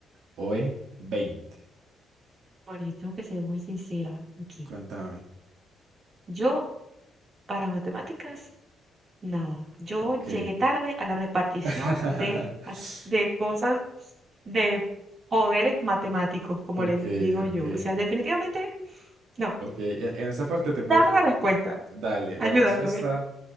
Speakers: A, on the right; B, on the right.
A: o E, 20.
B: Bueno, yo tengo que ser muy sincera aquí.
A: Cuéntame.
B: Yo, para matemáticas, nada. Yo
A: Ok.
B: llegué tarde a la repartición
A: <laughs>
B: de, a- de cosas, de poderes matemáticos, como
A: Ok,
B: le digo yo.
A: ok,
B: O sea, definitivamente, no.
A: ok. En, en esa parte te
B: Dame
A: puedo yo.
B: la respuesta.
A: Dale, la
B: Ayúdame.
A: respuesta